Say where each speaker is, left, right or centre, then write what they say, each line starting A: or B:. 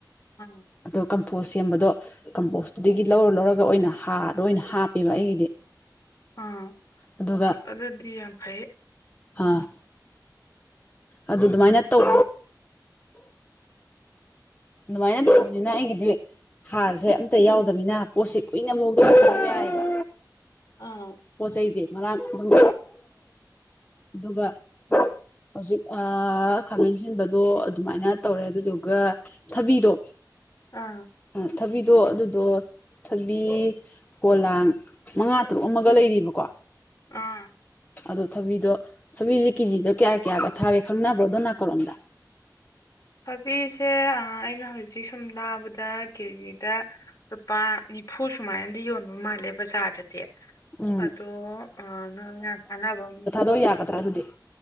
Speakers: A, on the left (about 45°); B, on the left (about 25°).
A: ꯑꯥ
B: ꯑꯗꯣ ꯀꯝꯐꯣꯁ ꯁꯦꯝꯕꯗꯣ ꯀꯝꯄꯣꯁ ꯑꯗꯒꯤ ꯂꯧꯔ ꯂꯧꯔꯒ ꯑꯣꯏꯅ ꯍꯥꯔꯗ ꯑꯣꯏꯅ ꯍꯥꯞꯄꯦꯕ ꯑꯩꯒꯤꯗꯤ
A: ꯑꯥ
B: ꯑꯗꯨꯒ
A: ꯑꯁ ꯑꯗꯨꯗꯤ ꯌꯥꯝ ꯐꯩ
B: ꯑꯥ ꯑꯗꯨ ꯑꯗꯨꯃꯥꯏꯅ ꯇꯧ ꯑꯗꯨꯃꯥꯏꯅ
A: ꯎꯝ
B: ꯇꯧꯕꯅꯤꯅ ꯑꯩꯒꯤꯗꯤ ꯍꯥꯔꯁꯦ ꯑꯝꯇ ꯌꯥꯎꯗꯕꯅꯤꯅ ꯄꯣꯠꯁꯦ ꯀꯨꯏꯅ ꯃꯨꯛꯇ ꯊꯝꯕ ꯌꯥꯏꯌꯦꯕ
A: ꯑꯥ
B: ꯄꯣꯠ ꯆꯩꯖꯦ ꯃꯔꯥꯡ ꯑꯗꯨꯝ ꯑꯗꯨꯒ ꯍꯧꯖꯤꯛ ꯑꯥ ꯈꯥꯃꯦꯟꯑꯁꯤꯟꯕꯗꯣ ꯑꯗꯨꯃꯥꯏꯅ ꯇꯧꯔꯦ ꯑꯗꯨꯗꯨꯒ ꯊꯕꯤꯗꯣ
A: ꯑꯥ
B: ꯑꯥ ꯊꯕꯤꯗꯣ ꯑꯗꯨꯗꯣ ꯊꯕꯤ ꯄꯣꯂꯥꯡ ꯃꯉꯥ ꯇꯔꯨꯛ ꯑꯃꯒ ꯂꯩꯔꯤꯕꯀꯣ
A: ꯑꯥ
B: ꯑꯗꯣ ꯊꯕꯤꯗꯣ ꯊꯕꯤꯖꯦ ꯀꯦꯖꯤꯗ ꯀꯌꯥ ꯀꯌꯥꯗ ꯊꯥꯒꯦ ꯈꯪꯅꯕ꯭ꯔꯣ ꯑꯗꯣ ꯅꯥꯀꯜꯂꯣꯝꯗ
A: ꯊꯥꯕꯤꯁꯦ ꯑꯥ ꯑꯩꯅ ꯍꯧꯖꯤꯛ ꯁꯨꯝ ꯇꯥꯕꯗ ꯀꯦꯖꯤꯗ ꯂꯨꯄꯥ ꯅꯤꯐꯨ ꯁꯨꯃꯥꯏꯅꯗꯤ ꯌꯣꯟꯕ ꯃꯥꯜꯂꯦ ꯕꯖꯥꯔꯗꯗꯤ
B: ꯎꯝ
A: ꯑꯗꯣ ꯑꯥ ꯅꯪꯅ ꯀꯥꯟꯅꯕ ꯃꯤ
B: ꯑꯗꯣ ꯌꯥꯒꯗ꯭ꯔꯥ ꯑꯗꯨꯗꯤ